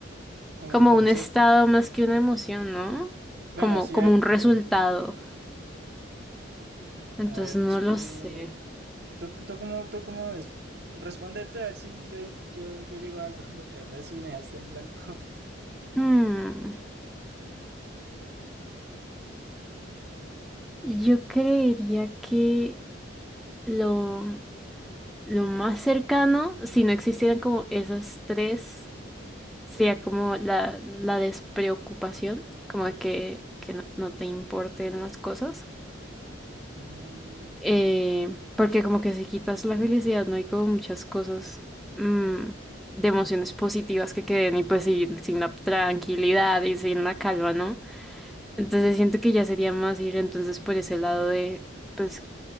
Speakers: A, on the right (about 55°); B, in the centre.
A: Como
B: como
A: el concepto.
B: un estado más que una emoción, ¿no?
A: Bueno,
B: Como,
A: sí,
B: como
A: a ver,
B: un resultado. Entonces
A: a ver,
B: no
A: es que
B: lo sé.
A: tú, tú cómo, tú cómo ves? Responde tú a ver si yo, yo, yo llego a algo, <laughs> porque la verdad sí me dejaste en blanco. <laughs>
B: Hmm, Yo creería que lo, Lo más cercano, si no existieran como esas tres, sería como la, la despreocupación, como de que, que no, no te importen las cosas.
A: Mm,
B: Eh, porque como que si quitas la felicidad, no hay como muchas cosas mm, de emociones positivas que queden y pues sin, sin la tranquilidad y sin la calma, ¿no? Entonces siento que ya sería más ir entonces por ese lado de pues